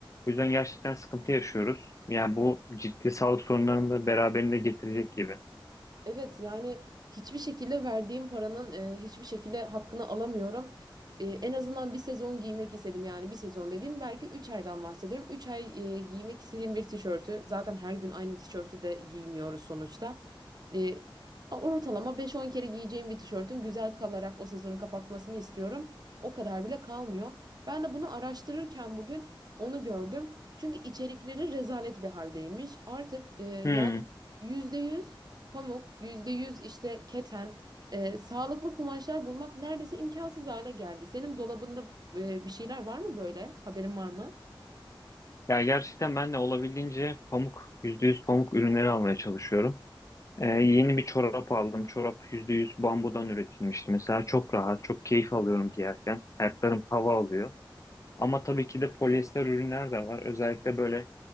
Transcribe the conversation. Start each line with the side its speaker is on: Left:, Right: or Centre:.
Left: O yüzden gerçekten sıkıntı yaşıyoruz. Yani bu ciddi sağlık sorunlarını da beraberinde getirecek gibi.
Right: Evet yani hiçbir şekilde verdiğim paranın e, hiçbir şekilde hakkını alamıyorum. E, en azından bir sezon giymek istedim yani bir sezon dediğim belki 3 aydan bahsediyorum. üç ay e, giymek istediğim bir tişörtü zaten her gün aynı tişörtü de giymiyoruz sonuçta. E, ortalama beş on kere giyeceğim bir tişörtün güzel kalarak o sezonu kapatmasını istiyorum. O kadar bile kalmıyor. Ben de bunu araştırırken bugün onu gördüm. Çünkü içerikleri rezalet bir haldeymiş. Artık e, yani
Left: Hmm.
Right: %100 pamuk, %100 işte keten, e, sağlıklı kumaşlar bulmak neredeyse imkansız hale geldi. Senin dolabında e, bir şeyler var mı böyle? Haberin var mı?
Left: Ya gerçekten ben de olabildiğince pamuk, %100 pamuk ürünleri almaya çalışıyorum. Ee, yeni bir çorap aldım. Çorap %100 bambudan üretilmişti. Mesela çok rahat, çok keyif alıyorum giyerken. Ayaklarım hava alıyor. Ama tabii ki de polyester ürünler de var. Özellikle böyle